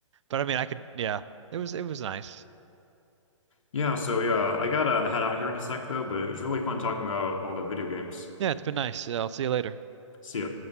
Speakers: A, on the right; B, on the left.
A: But I mean, I could yeah, it was it was nice.
B: yeah so yeah I gotta head out here in a sec though but it was really fun talking about all the video games
A: Yeah, it's been nice. I'll see you later.
B: see ya